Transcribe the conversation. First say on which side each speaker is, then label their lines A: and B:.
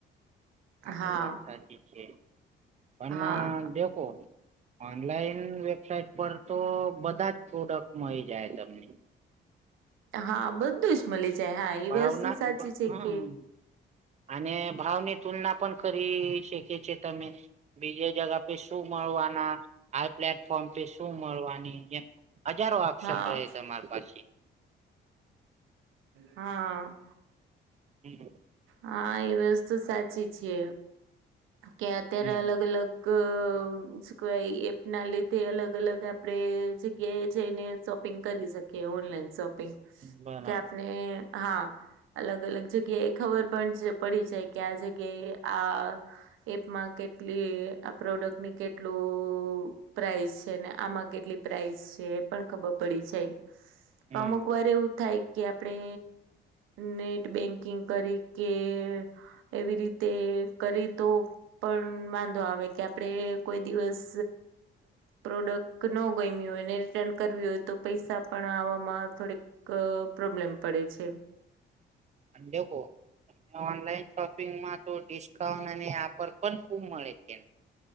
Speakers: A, on the right (about 35°); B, on the right (about 85°).
A: આ
B: હા.
A: તો વાત સાચી છે ફોનમાં
B: હા
A: દેખો. ઓનલાઈન વેબસાઇટ પર તો બધા જ પ્રોડક્ટ મળી જાય તમને.
B: હા બધું જ મળી જાય હા
A: ભાવના
B: એ વસ્તુ સાચી છે,
A: હમ
B: કે
A: અને ભાવની તુલના પણ ખરી શખે છે, તમે બીજે જગા પે શું મળવાના આ પ્લેટફોર્મ પે શું મળવાની એમ હજારો ઓપ્શન
B: હા
A: રહે તમારી પાસેથી
B: હા.
A: હમ્મ હ.
B: હા એ વસ્તુ સાચી છે કે અત્યારે
A: હમ
B: અલગ અલગ ક સ્ક્વે કહેવાય એપ ના લીધે અલગ અલગ આપણેે જગ્યાએ જઈને શોપિંગ કરી શકીએ ઓનલાઈન શોપિંગ
A: બરાબર
B: કે આપને હા. અલગ અલગ જગ્યાએ એ ખબર પણ પડી જાય કે આ જગ્યાએ આ એપમાં કેટલી આ પ્રોડક્ટની કેટલું અ પ્રાઇસ છે ને આમાં કેટલી પ્રાઇસ છે એ પણ ખબર પડી જાય.
A: હમ
B: અમુક વાર એવું થાય. કે આપડે નેટ બેંકિંગ કરી કે એવી રીતે કરી તો પણ વાંધો આવે કે આપડે કોઈ દિવસ પ્રોડક્ટ ન ગમ્યું હોય ને રિટર્ન કરવી હોય તો પૈસા પણ આવામાં થોડીક ક પ્રોબ્લેમ પડે છે.
A: દેખો ઓનલાઈન શોપિંગમાં તો ડિસ્કાઉન્ટ અને આપણે પણ ખૂબ મળે છે.